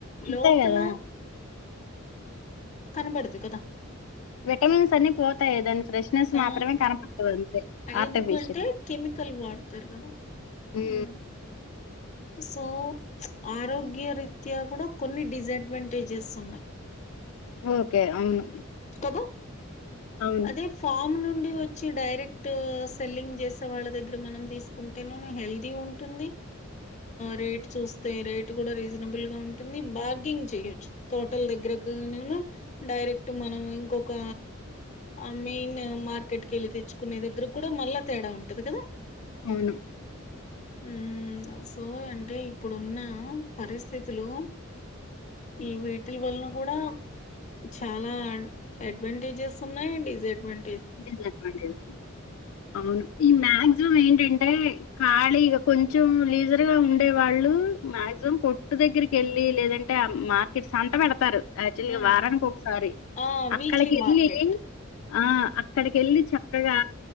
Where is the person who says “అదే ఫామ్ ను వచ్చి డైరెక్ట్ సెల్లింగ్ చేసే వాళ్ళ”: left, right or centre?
Left